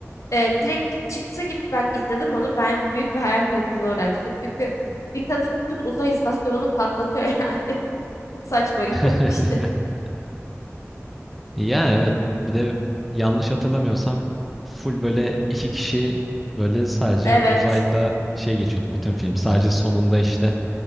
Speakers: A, on the left; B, in the centre.
A: Ee, direkt çıktığı gibi ben izledim onu ben büyük bir hayal kırıklığına uğramıştım. Çünkü bir kadın bütün uzay istasyonunu patlatıyor <laughs> yani çok saçma gelmişti.
B: <laughs> Ya evet bir de yanlış hatırlamıyorsam full böyle iki kişi böyle sadece
A: Evet
B: uzayda şey geçiyordu bütün film. Sadece sonunda işte